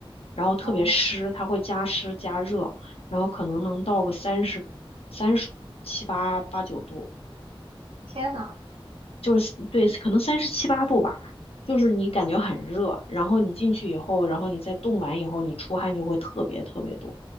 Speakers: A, on the left; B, on the right.
A: 然后特别湿，
B: 哦，
A: 它会加湿加热，然后可能能到个三十三十七八八九度。
B: 天呐，
A: 就是对，可能三十七八度吧，就是你感觉很热，然后你进去以后，然后你再冻完以后，你出汗就会特别特别多。